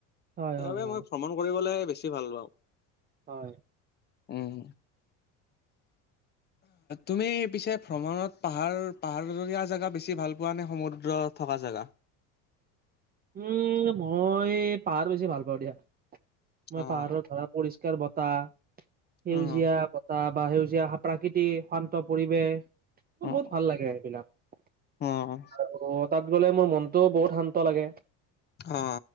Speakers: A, on the right; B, on the left.
A: হয়
B: সেইবাবে
A: হয় হয়
B: মই ভ্ৰমণ কৰিবলৈহে বেছি ভাল পাওঁ।
A: হয়।
B: উম। তুমি পিছে ভ্ৰমণত পাহাৰ পাহাৰীয়া জেগা বেছি ভাল পোৱা নে সমুদ্ৰ থকা জেগা?
A: উম মই পাহাৰ বেছি ভাল পাওঁ দিয়া। মই
B: অ',
A: পাহাৰত ধৰা পৰিষ্কাৰ বতাহ, সেউজীয়া
B: অ',
A: ব তাহ বা সেউজীয়া প্ৰাকৃতিক শান্ত পৰিৱেশ। মোৰ
B: অ',
A: বহুত ভাল লাগে সেইবিলাক
B: অ',
A: আৰু তাত গ'লে মোৰ মনটোও বহুত শান্ত লাগে।
B: অ।